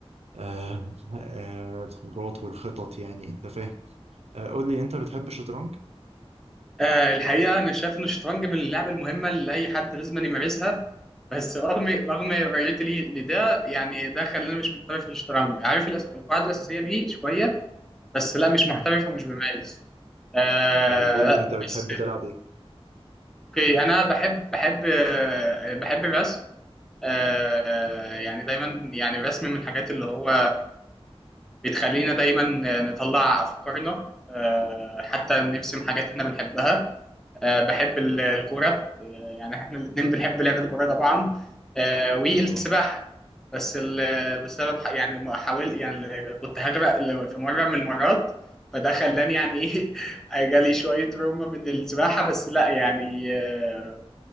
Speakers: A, on the right (about 85°); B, in the centre.
A: آه، آه، الخبرات والخطط يعني انت فاهم آه، قول لي انت بتحب الشطرنج؟
B: آه، الحقيقه انا شايف ان الشطرنج من اللعب المهمه اللي اي حد لازم أن يمارسها بس رغم رغم رؤيتي ليه لده يعني ده خلاني مش محترف في الشطرنج عارف الأس- القاعده الاساسيه ليه شويه بس لا مش محترف
A: مم.
B: ومش بمارس آه
A: طيب قول
B: لا
A: لي انت بتحب
B: بس
A: تلعب ايه؟
B: اوكي انا بحب بحب آه، بحب الرسم آه، يعني دايما يعني الرسم من الحاجات اللي هو بتخلينا دايما نطلع افكارنا آه، حتى نرسم حاجات احنا بنحبها آه، بحب ال- الكوره آه، يعني احنا الاثنين بنحب لعب الكوره طبعا آه، والسباحه
A: آه، طبعا
B: بس ال- بسبب ح- يعني ما حاول يعني كنت هغرق ل- في مره من المرات فده خلاني يعني ايه <laughs> جالي شويه روما من السباحه بس لا يعني آه،